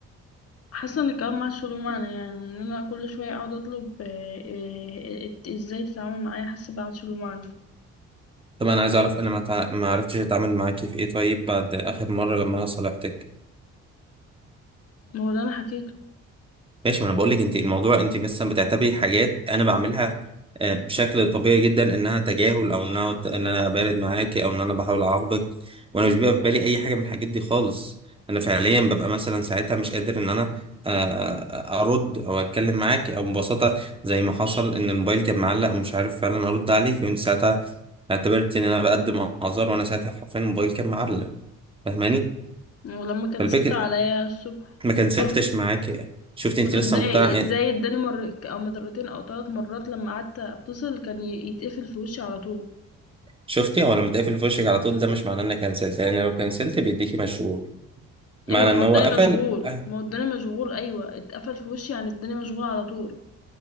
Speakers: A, on the left; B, on the right.
A: حاسة ان الكلام معاش له معنى يعني ان انا كل شوية اقعد اطلب آه، آه، آه، ازاي تتعامل معايا حاسة معاش له معنى
B: طب انا عايز اعرف انا ما, تع... ما عرفتش اتعامل معاكي في ايه طيب بعد اخر مره لما انا صالحتك
A: ما هو اللي انا حكيته
B: ماشي ما انا بقول لك انت الموضوع انت مثلا بتعتبري حاجات انا بعملها آه، بشكل طبيعي جدا انها تجاهل او انها ان انا بارد معاكي او ان انا بحاول اعاقبك وانا مش بيبقى في بالي اي حاجه من الحاجات دي خالص انا فعليا ببقى مثلا ساعتها مش قادر ان انا آه، آه، ارد او اتكلم معاكي او ببساطه زي ما حصل ان الموبايل كان معلق ومش عارف فعلا ارد عليك وانت ساعتها اعتبرت ان انا بقدم اعذار وانا ساعتها حرفيا الموبايل كان معلق فاهماني
A: ولما كنسلت
B: فالفكره
A: عليا الصبح
B: ما كنسلتش
A: الظهر
B: معاكي شفت انت
A: طب ازاي
B: لسه مقتنعه يعني
A: ازاي اداني مر او مرتين او ثلاث مرات لما قعدت اتصل كان ي- يتقفل في وشي على طول
B: شفتي هو لما تقفل في وشك على طول ده مش معناه انك كنسلت لان لو كنسلت بيديكي مشغول معنى
A: ايوه ما
B: ان
A: هو
B: هو
A: الدنيا
B: قفل
A: مشغول
B: أه
A: ما هو الدنيا مشغول ايوه اتقفل في وشي يعني الدنيا مشغول على طول